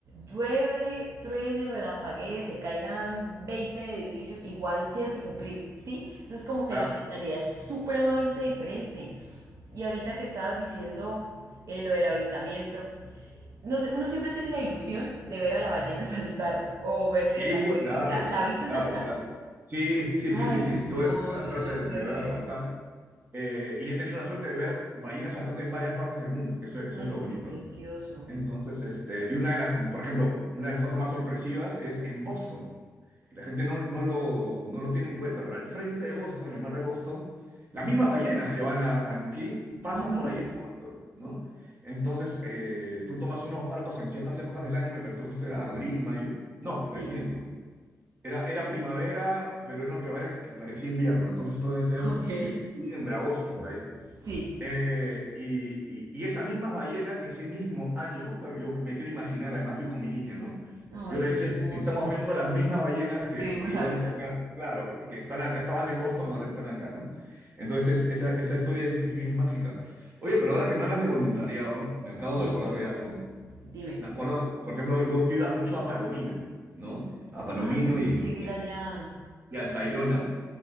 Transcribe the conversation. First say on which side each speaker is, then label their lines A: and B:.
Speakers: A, on the right; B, on the right.
A: llueve, truene, relampaguee, se caigan 20 edificios, igual tienes que cumplir, ¿sí? Entonces, como que
B: claro,
A: la mentalidad es supremamente diferente. Y ahorita que estabas diciendo eh, lo del avistamiento. No sé, uno siempre tiene la ilusión de ver a la ballena <laughs> saltar o verle
B: sí,
A: la colita.
B: claro,
A: ¿La viste
B: claro,
A: saltar?
B: claro. Sí, sí,
A: Ay,
B: sí, sí, sí.
A: no,
B: Tuve tuve
A: yo
B: la suerte
A: no la
B: de,
A: pude
B: de
A: ver.
B: ver a saltar eh, y he tenido la suerte de ver ballenas saltando en varias partes del mundo, que eso, eso
A: Ay,
B: es lo bonito,
A: qué precioso.
B: ¿no? Entonces, este, y una de las, por ejemplo, una de las cosas más sorpresivas es en Boston. y la gente no, no lo, no lo tiene en cuenta, pero al frente de Boston, en el mar de Boston, las mismas ballenas que van a, a Nuquí pasan
A: Ujú,
B: por ahí en un momento, ¿no? Entonces, eh, tú tomas unos barcos en ciertas épocas del año, me parece que esto era abril, mayo. No, me-
A: Sí.
B: miento.
A: <laughs>
B: Era, era primavera, pero era una primavera que parecía invierno, entonces esto debe ser
A: Ok.
B: septiembre, agosto, por ahí.
A: Sí.
B: Eh, y, y- y esas mismas ballenas, ese mismo año, bueno, yo me quiero imaginar, además fui con mi niña, ¿no?
A: Ay,
B: Yo le
A: qué
B: decía,
A: hermoso.
B: "Est- estamos viendo las mismas ballenas que,
A: ¿Qué vimos
B: que iban
A: ahorita?
B: de acá, claro, que están acá, estaban en Boston, ahora están acá, ¿no? Entonces, esa, esa historia es, es bien mágica. Oye, pero ahora que me hablas de voluntariado, me acabo
A: Sí.
B: de acordar de algo.
A: Dime.
B: Me acuerdo, por ejemplo, yo, yo iba mucho a Palomino, ¿no? A Palomino
A: Ay, yo
B: y,
A: quiero
B: este,
A: ir allá.
B: y al Tayrona.